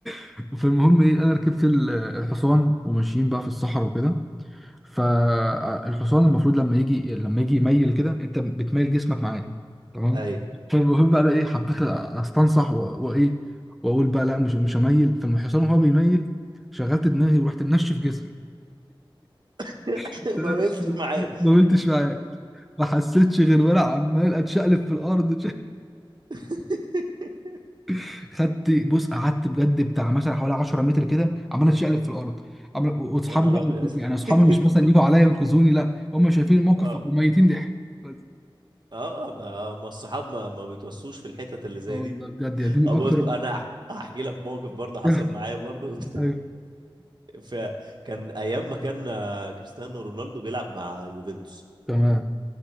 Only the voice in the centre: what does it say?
<laughs> فالمهم ايه انا ركبت ال- الحصان وماشيين بقى في الصحراء وكده فالحصان المفروض لما يجي لما يجي يميل كده انت بتميل جسمك معاه تمام
فالمهم بقى ايه حبيت استنصح و- وايه واقول بقى لا مش مش هميل فالحصان وهو بيميل شغلت دماغي ورحت منشف جسمي
<laughs>
ما قلتش معاه ما حسيتش غير وانا عمال اتشقلب في الارض
<laughs> خدت بص قعدت بجد بتاع مثلا حوالي 10 متر كده عمال اتشقلب في الارض عمال واصحابي
بقى
يعني اصحابي
مش مثلا يجوا عليا ينقذوني لا هم شايفين الموقف
وميتين ضحك بس.
اه والله
بجد يعني دي من
اكتر
<laughs>
ايوه
تمام